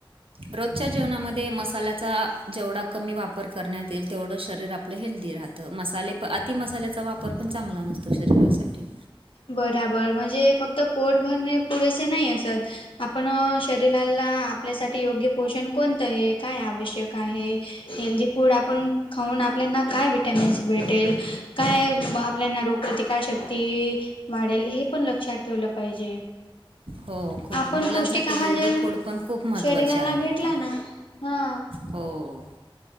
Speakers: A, on the right; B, on the left.
A: रोजच्या जेवणामध्ये मसाला. जेवढा कमी वापर करण्यात येईल तेवढं शरीर आपलं हेल्थी राहतं मसाले. अति मसाल्याचा वापर पण चांगला नसतो शरीरासाठी.
B: बराबर म्हणजे फक्त पोट भरणे पुरेसे नाही असत. आपण शरीराला आपल्यासाठी योग्य पोषण कोणतं आहे काय आवश्यक आहे. हेल्दी फूड आपण. खाऊन आपल्याना काय व्हिटॅमिन्स भेटेल काय आपल्याना रोगप्रतिकार शक्ती. वाढेल हे पण लक्षात ठेवलं पाहिजे.
A: हो खूप
B: आपण
A: मुलांसाठी
B: पौष्टिक आहार
A: हेल्दी
B: जर
A: फूड पण खूप महत्त्वाचे
B: शरीराला
A: आहेत
B: भेटला ना हा.
A: हो.